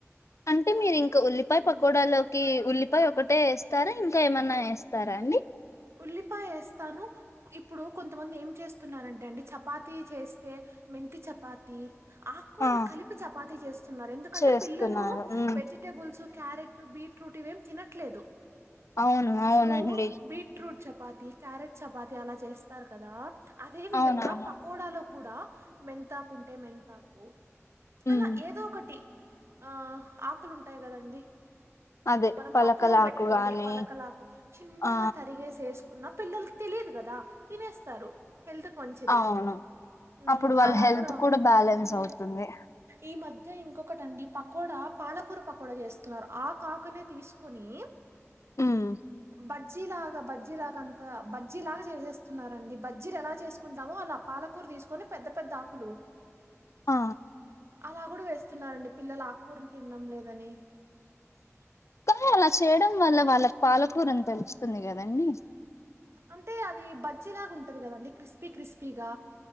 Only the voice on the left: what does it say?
అంటే మీరు ఇంకా ఉల్లిపాయ పకోడాలోకి ఉల్లిపాయ ఒకటే ఏస్తారా ఇంకా ఏమన్నా ఏస్తారా అండి
ఆ
చేస్తున్నారు
ఉమ్
అవును అవును
అండి
అవునవును
ఉమ్
అదే
పలకలాకు
గాని
ఆ
అవును
అప్పుడు వాళ్ళ
హెల్త్
బ్యాలెన్స్
అవుతుంది
ఉమ్
ఆ
కానీ అలా చేయడం వల్ల వాళ్ళకి పాలకూర అని వస్తుంది కదండి